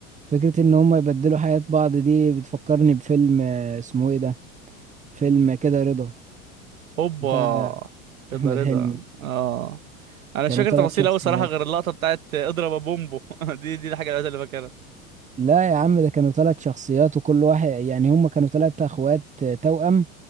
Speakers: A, on the right (about 20°); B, on the right (about 80°).
A: فكرة ان هم يبدلوا حياة بعض دي بتفكرني بفيلم آه، اسمه ايه ده فيلم كده رضا
B: هوبا
A: بتاع
B: كده
A: احمد
B: رضا
A: حلمي
B: اه انا
A: كانوا
B: مش فاكر
A: ثلاث
B: تفاصيل
A: شخصيات
B: قوي صراحه غير اللقطه بتاعت آه، اضرب يا بومبو <laughs> دي دي الحاجه الوحيده اللي فاكرها
A: لا يا عم ده كانوا ثلاث شخصيات وكل واحد يعني هم كانوا ثلاث اخوات توأم